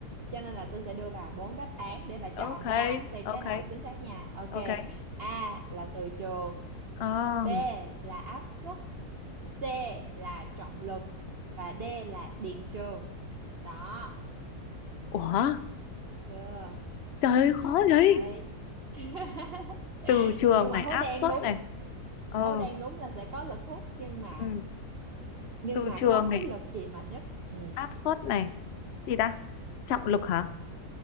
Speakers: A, on the right; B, on the left.
A: cho nên là tôi sẽ đưa bà bốn đáp án để bà chọn
B: Ok,
A: nha xem
B: ok,
A: cái nào chính xác nha ok
B: ok.
A: A là từ trường
B: À,
A: B là áp suất C là trọng lực và D là điện trường đó
B: ủa,
A: thấy chưa
B: trời ơi, khó vậy.
A: đấy <laughs>
B: Từ trường
A: nhưng mà
B: này,
A: hố
B: áp
A: đen
B: suất
A: đúng
B: này. Ờ,
A: hố đen đúng là sẽ có lực hút nhưng mà
B: ừ,
A: nhưng
B: từ
A: mà
B: trường
A: có
B: này,
A: cái lực gì mạnh nhất ừ
B: áp suất này. Gì ta? Trọng lực hả?